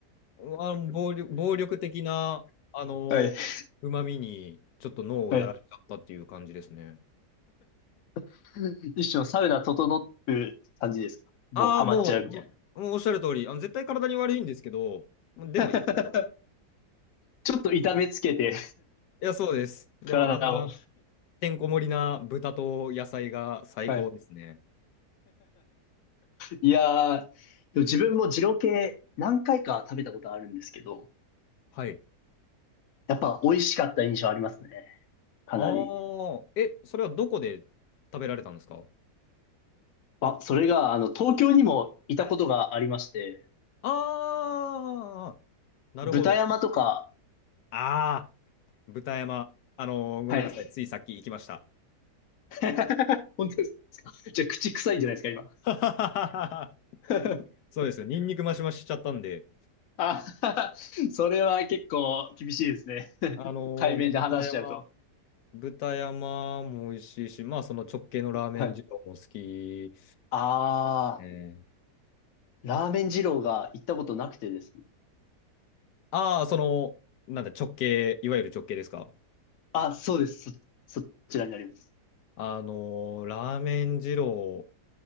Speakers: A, on the left; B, on the left.
A: あの暴力、暴力的な、あのうまみにちょっと脳をやられちゃったっていう感じですね。
B: はい。<laughs> はい。<laughs> 一生サウナ整って感じですかもうハマっちゃうみたい
A: ああ、もう、もうおっしゃる通り、あの絶対体に悪いんですけど、でもいいかと。
B: な。<laughs> ちょっと痛めつけて、
A: いや、そうです。でもあんな
B: <laughs> 体を。
A: てんこ盛りな豚と野菜が最高ですね。
B: はい。いやー、でも自分も二郎系何回か食べたことあるんですけど、
A: はい。
B: やっぱ美味しかった印象ありますね。かなり。
A: ああ、え、それはどこで食べられたんですか
B: あ、それが、あの、東京にもいたことがありまして、
A: ああ、なるほど。
B: 豚山とか、
A: ああ、豚山。あのーごめんなさい。
B: はい。
A: ついさっき行きました。
B: <laughs> 本当です。じゃあ、口臭いんじゃないですか、今。
A: <laughs> はははは
B: <laughs>
A: そうです。ニンニクマシマシしちゃったんで。
B: あ、<laughs> それは結構厳しいですね。<laughs>
A: あのー豚山、
B: 対面で話しちゃうと。
A: 豚山も美味しいし、まあ、その直系のラーメン二郎も好き。
B: はい。あ
A: え
B: ー、ラーメン二郎が行ったことなくてですね。
A: ああー、その、なんだ、直系、いわゆる直系ですか。
B: あ、そうです。そ、そちらになります。
A: あのーラーメン二郎、